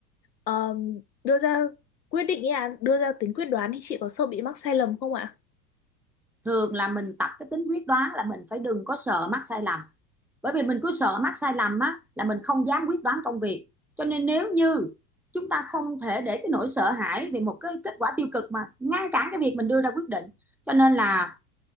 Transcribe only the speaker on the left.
ờm, đưa ra quyết định ý à, đưa ra tính quyết đoán thì chị có sợ bị mắc sai lầm không ạ?